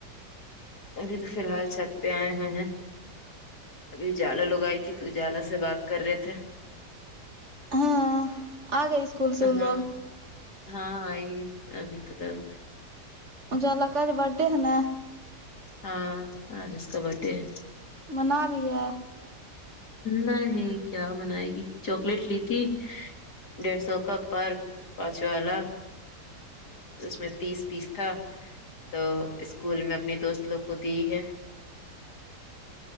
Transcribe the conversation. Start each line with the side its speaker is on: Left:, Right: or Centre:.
Left: ابھی تو فی الحال چھت پہ آئے ہوئے ہیں ابھی اجالا لوگ آئی تھی تو اجالا سے بات کر رہے تھے
Right: ہاں آ گئے اسکول سے وہ لوگ
Left: ہاں ہاں آئی ہے ابھی تو کل
Right: اجالا کا آج بڈڈے ہیں نا
Left: ہاں ہاں اج اسکا بڈے ہے
Right: منا رہی ہے
Left: نہیں کیا بنائے گی چاکلیٹ لی تھی ڈیڑھ سو کا پرک پانچ والا اس میں تیس پیس تھا تو اسکول میں اپنی دوست لوگ کو دی ہے